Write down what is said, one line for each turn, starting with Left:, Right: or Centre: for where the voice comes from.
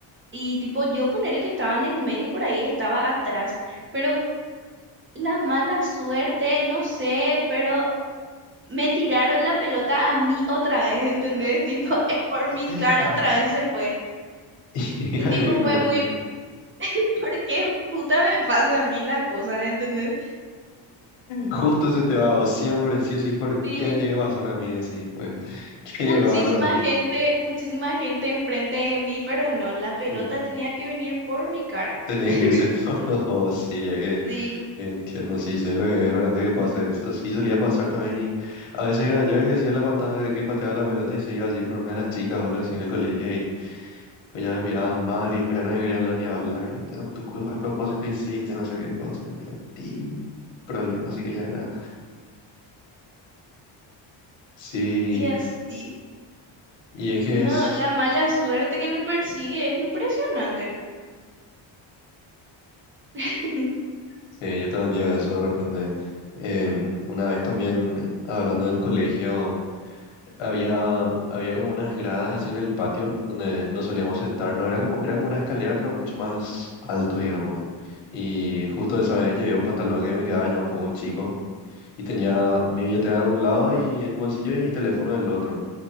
Right: Y tipo, yo ponerle que estaba en el medio por ahí, estaba atrás. Pero la mala suerte, no sé, pero me tiraron la pelota a mí otra vez, ¿entendés? <laughs> Tipo, eh, por
Left: <laughs>
Right: mi cara otra vez se fue.
Left: Y
Right: Y
Left: Jaime,
Right: tipo, fue
Left: como
Right: muy, <laughs> ¿por qué puta me pasa a mí la cosa, ¿entendés?
Left: Justo se te va, o siempre sí o sí, ¿por
Right: Sí,
Left: qué me tiene que pasar a mí? Decís, pues, <laughs> qué
Right: muchísima
Left: bárbaro.
Right: gente, muchísima gente enfrente de mí, pero no, la pelota
Left: Mm,
Right: tenía que venir por mi cara.
Left: Tenía
Right: <laughs>
Left: que irse <laughs> por los dos, sí, es que
Right: Sí,
Left: entiendo, sí, sé lo que es realmente que pasa eso. Sí, solía pasar también y a veces era yo el que hacía la patada, el que pateaba la pelota y se iba así por una de las chicas o algo así en el colegio y pues ya me miraban mal y después ya no me querían lo ni hablar y "Ah, tu culpa a propósito hiciste no sé qué cosa, y pues ya, ti, problema, así que ya era. Sí,
Right: y así.
Left: y es que
Right: No,
Left: es...
Right: la mala suerte que me persigue es impresionante. <laughs>
Left: Sí, yo también digo eso de repente. Em, una vez también hablando del colegio, había, había como unas gradas así en el patio donde nos solíamos sentar. No era como, era como una escalera, pero mucho más alto, digamos. Y justo esa vez llevé un pantalón que me quedaba ya un poco chico y tenía mi billetera de un lado y en un bolsillo y mi teléfono del otro.